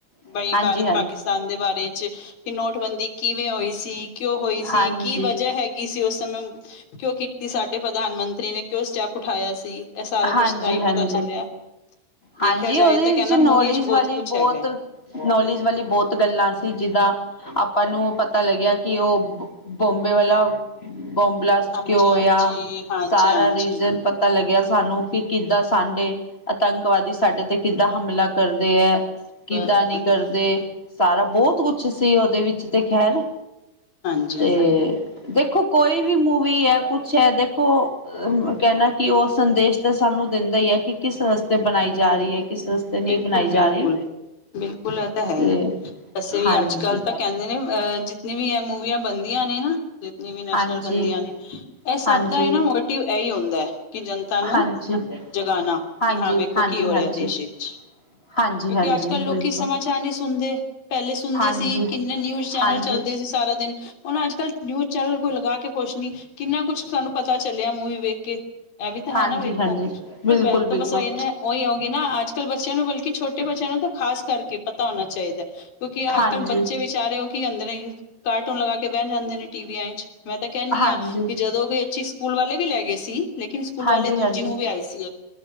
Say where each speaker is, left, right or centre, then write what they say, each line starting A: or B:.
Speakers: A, on the left (about 20°); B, on the left (about 60°).
A: ਹਾਂਜੀ
B: ਬਾਈ ਭਾਰਤ ਪਾਕਿਸਤਾਨ ਦੇ ਬਾਰੇ ਚ ਕਿ ਨੋਟਬੰਦੀ ਕਿਵੇਂ ਹੋਈ ਸੀ ਕਿਉਂ ਹੋਈ ਸੀ
A: ਹਾਂਜੀ
B: ਕੀ ਵਜਾ ਹੈਗੀ ਸੀ ਉਸ ਕਿਉਂ ਕੀਤੀ ਸਾਡੇ ਪ੍ਰਧਾਨ ਮੰਤਰੀ ਨੇ ਕਿਉਂ ਸਟੈਪ ਉਠਾਇਆ ਸੀ। ਇਹ ਸਾਰਾ
A: ਹਾਂਜੀ
B: ਕੁਛ ਤਾਂ ਹੀ
A: ਹਾਂਜੀ
B: ਪਤਾ ਚੱਲਿਆ ਵੇਖਿਆ
A: ਹਾਂਜੀ
B: ਜਾਏ
A: ਉਹਦੇ
B: ਤਾਂ
A: ਵਿੱਚ
B: ਕਹਿੰਦਾ ਮੂਵੀ
A: ਨੌਲੇਜ
B: ਚ ਬਹੁਤ
A: ਵਾਲੀ
B: ਕੁਛ
A: ਬਹੁਤ
B: ਹੈਗਾ
A: ਨੌਲੇਜ ਵਾਲੀ ਬਹੁਤ ਗੱਲਾਂ ਸੀ ਜਿੱਦਾਂ ਆਪਾਂ ਨੂੰ ਪਤਾ ਲੱਗਿਆ ਕਿ ਉਹ ਬੋਮਬੇ ਵਾਲਾ ਬੋਮ ਬਲਾਸਟ
B: ਹਾਂਜੀ
A: ਕਿ ਹੋਇਆ
B: ਹਾਂਜੀ ਹਾਂਜੀ
A: ਸਾਰਾ
B: ਹਾਂਜੀ
A: ਰੀਜਨ ਪਤਾ ਪਤਾ ਲੱਗਿਆ ਸਾਨੂੰ ਕਿ ਕਿੱਦਾਂ ਸਾਡੇ ਆਤੰਕਵਾਦੀ ਸਾਡੇ ਤੇ ਕਿੱਦਾਂ ਹਮਲਾ ਕਰਦੇ ਹੈ।
B: ਬਸ ਬਸ
A: ਕਿੱਦਾਂ
B: ਬਸ
A: ਨੀ
B: ਬਸ
A: ਕਰਦੇ ਸਾਰਾ ਬਹੁਤ ਕੁਛ ਸੀ ਉਹਦੇ ਵਿੱਚ ਤੇ ਖੈਰ
B: ਹਾਂਜੀ
A: ਤੇ ਦੇਖੋ ਕੋਈ ਵੀ ਮੂਵੀ ਹੈ ਕੁਛ ਹੈ ਦੇਖੋ ਕਹਿਣਾ ਕਿ ਉਹ ਸੰਦੇਸ਼ ਤਾਂ ਸਾਨੂੰ ਦਿੰਦਾ ਹੀ ਹੈ ਕਿ ਕਿਸ ਰਸਤੇ ਬਣਾਈ
B: ਬਿਲਕੁਲ
A: ਜਾ ਰਹੀ
B: ਬਿਲਕੁਲ
A: ਹੈ ਕਿਸੇ ਰਸਤੇ ਨਹੀਂ
B: ਬਿਲਕੁਲ
A: ਬਣਾਈ ਜਾ
B: ਬਿਲਕੁਲ
A: ਰਹੀ
B: ਬਿਲਕੁਲ ਇਹ ਤਾਂ ਹੈ
A: ਤੇ
B: ਹੀ ਵੈਸੇ ਵੀ
A: ਹਾਂਜੀ
B: ਅੱਜ ਕੱਲ ਤਾਂ ਕਹਿੰਦੇ ਨੇ ਜਿੰਨੇ ਮੂਵੀਆਂ ਬਣਦੀਆਂ ਨੇ ਨਾ ਜਿਨੀ ਵੀ ਨੈਸ਼ਨਲ
A: ਹਾਂਜੀ
B: ਬੰਦੀਆਂ ਨੇ ਇਹ
A: ਹਾਂਜੀ
B: ਸਭ ਦਾ ਇਹ ਨਾ ਮੋਟਿਵ ਇਹੀ ਹੁੰਦਾ ਹੈ ਕਿ ਜਨਤਾ ਨੂੰ
A: ਹਾਂਜੀ
B: ਜਗਾਉਣਾ
A: ਹਾਂਜੀ
B: ਕਿ ਹਾਂ ਵੇਖੋ
A: ਹਾਂਜੀ
B: ਕੀ ਹੋ
A: ਹਾਂਜੀ
B: ਰਿਹਾ ਦੇਸ਼ ਵਿੱਚ
A: ਹਾਂਜੀ
B: ਕਿਉਂਕਿ
A: ਹਾਂਜੀ
B: ਅੱਜ ਕੱਲ ਲੋਕੀ
A: ਬਿਲਕੁਲ
B: ਸਮਾਚਾਰ ਨਹੀਂ ਸੁਣਦੇ ਪਹਿਲੇ ਸੁਣਦੇ
A: ਹਾਂਜੀ
B: ਸੀ ਕਿੰਨੇ ਨਿਊਜ਼ ਚੈਨਲ
A: ਹਾਂਜੀ
B: ਚੱਲਦੇ ਸੀ ਸਾਰਾ ਦਿਨ ਉਹਨਾਂ ਅੱਜ ਕੱਲ ਨਿਊਜ਼ ਚੈਨਲ ਕੋਈ ਲਗਾ ਕੇ ਕੁਛ ਨੀ ਕਿੰਨਾ ਕੁਛ ਸਾਨੂੰ ਪਤਾ ਚੱਲਿਆ ਮੂਵੀ ਵੇਖ ਕੇ ਇਹ ਵੀ ਤਾਂ
A: ਹਾਂਜੀ
B: ਹੈ ਨਾ ਵੇਖੋ
A: ਹਾਂਜੀ ਬਿਲਕੁਲ
B: ਬੈਂਸ
A: ਬਿਲਕੁਲ
B: ਭਸਾਈਆ ਉਹੀ ਹੋ ਗਗੀ ਨਾ ਅੱਜ ਕੱਲ ਬੱਚਿਆਂ ਨੂੰ ਬਲਕਿ ਛੋਟੇ ਬੱਚਿਆਂ ਨੂੰ ਤਾਂ ਖਾਸ ਕਰਕੇ ਪਤਾ ਹੋਣਾ ਚਾਹੀਦਾ ਕਿਉਂਕਿ
A: ਹਾਂਜੀ
B: ਅੱਜ ਕੱਲ ਬੱਚੇ ਵਿਚਾਰੇ ਹੋ ਕੀ ਕਹਿੰਦੇ ਨੇ ਕਾਰਟੂਨ ਲਗਾ ਕੇ ਬਹਿ ਜਾਂਦੇ ਨੇ ਟੀਵੀਆਂ ਵਿਚ ਮੈਂ ਤਾਂ ਕਹਿੰਦੀ
A: ਹਾਂਜੀ
B: ਹਾਂ ਕਿ ਜਦੋਂ ਵੀ ਅੱਛੀ ਪੂਲ ਵਾਲੇ ਵੀ ਲੈ ਗਏ ਸੀ। ਲੇਕਿਨ ਸਕੂਲ
A: ਹਾਂਜੀ
B: ਵਾਲੇ ਦੂਜੀ
A: ਹਾਂਜੀ
B: ਮੂਵੀ ਆਈ ਸੀ, ਇੱਕ